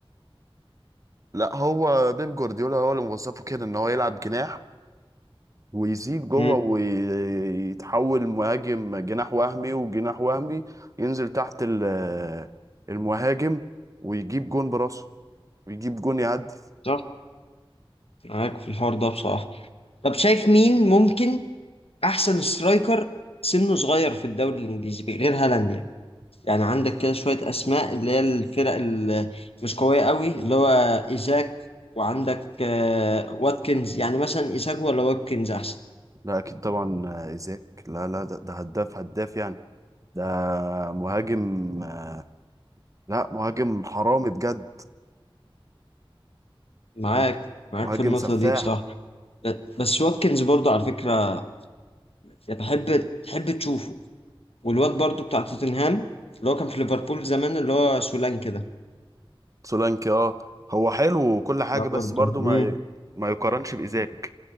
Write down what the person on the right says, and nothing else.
لا هو بيب جوارديولا هو اللي موظفه كده ان هو يلعب جناح ويزيد جوه
ويتحول مهاجم جناح وهمي وجناح وهمي ينزل تحت ال- آه، المهاجم ويجيب جون براسه ويجيب جون يهدف
لا اكيد طبعا آه، ايزاك لا لا ده, ده هداف هداف يعني ده مهاجم آه، لا مهاجم حرامي بجد
مه-
مهاجم
سفاح
سولانكي اه هو حلو وكل حاجة
بس
برضو
ما ي... ما يقارنش بإيزاك